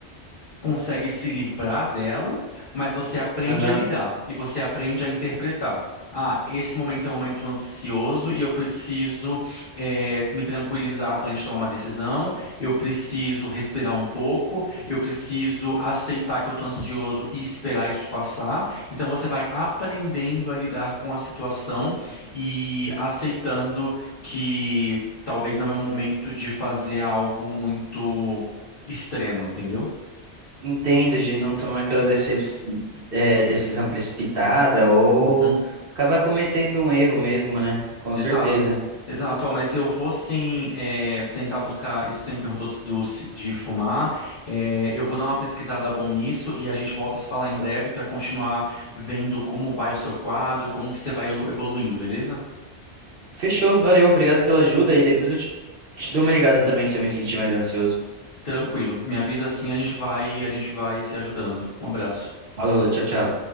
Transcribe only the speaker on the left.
consegue se livrar dela, mas você aprende
a lidar e você aprende a interpretar. Ah, esse momento é um momento ansioso e eu preciso eh, me tranquilizar antes de tomar uma decisão. Eu preciso respirar um pouco. Eu preciso aceitar que eu estou ansioso e esperar isso passar. Então você vai aprendendo a lidar com a situação e aceitando que talvez não é o momento de fazer algo muito extremo, entendeu?
Uhum.
Exato.
Exato, ó, mas eu vou sim é, tentar buscar isso que você me perguntou do, ci- de fumar. É, eu vou dar uma pesquisada bom nisso e a gente volta a se falar em breve para continuar vendo como vai o seu quadro, como você vai evolu- evoluindo, beleza?
Tranquilo. Me avisa assim, a gente vai, a gente vai se ajudando. Um abraço.